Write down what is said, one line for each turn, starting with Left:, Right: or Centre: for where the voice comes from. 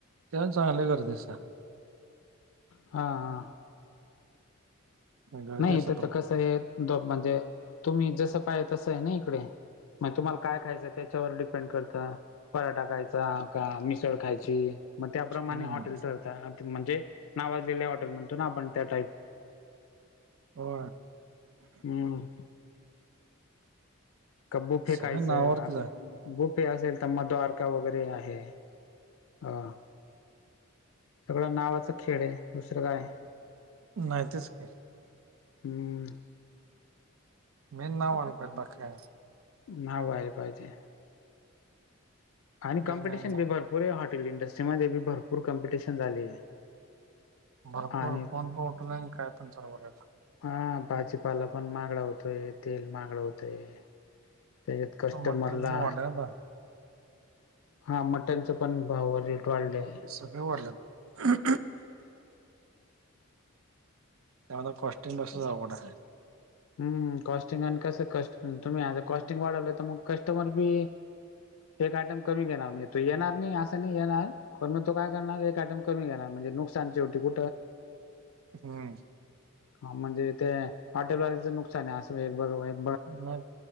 Right: तेण चांगलं करजस
Left: हा हा
Right: गर्दी
Left: नाही
Right: असते
Left: तर
Right: भरपूर
Left: तर कसं आहे द म्हणजे तुम्ही जसं पाय तसं आहे ना इकडे मग तुम्हाला काय खायचं त्याच्यावर डिपेंड करतं पराठा खायचा का मिसळ खायची मग त्याप्रमाणे
Right: हम्म
Left: हॉटेल ठरत म्हणजे नावातलेल्या हॉटेल म्हणतो ना आपण त्या टाईप
Right: हो
Left: हम्म का बुफे
Right: सगळ्या
Left: कायचं
Right: नावावरतीच
Left: आता
Right: आहे
Left: बुफे असेल तर मग द्वारका वगैरे आहे हा सगळं नावाचा खेळ आहे दुसरं काय आहे
Right: नाही तेच काय
Left: हम्म
Right: मेन नाव वाू पहि बाकीने
Left: ना वहेर पाजे आणि
Right: तेच
Left: कॉम्पिटिशन
Right: मेन
Left: भी भरपूर आहे हॉटे इंडस्ट्रीमध्ये बी भरपूर कॉम्पिटिशन झाली आहे
Right: भरपूर
Left: आणि
Right: कोण पण होटल आहे काय पण सरव आहे का
Left: हा भाजीपाला पण मागळा होतोय तेल मागळा होतोय त्याच्यात
Right: आता
Left: कस्टमरला
Right: मटेरियल तेन वाढलंय आता
Left: हा मटनच पण भाव रेट वाढलेय
Right: सगळे वाढलंत त्याला कस्टिंग बसत जा कठ
Left: हम् कॉस्टिंग आणि कस क तुम्ही आता कॉस्टिंग वाढवलं तर मग कस्टमर बी एक आयटम कमी घेणार नाही तू येणार नाही असं नाही येणार पण मग त काय करणार एक अटम कमी घेणार म्हणजे नु कु
Right: हम्म
Left: म्हणज नुकसान आहे अस ब
Right: म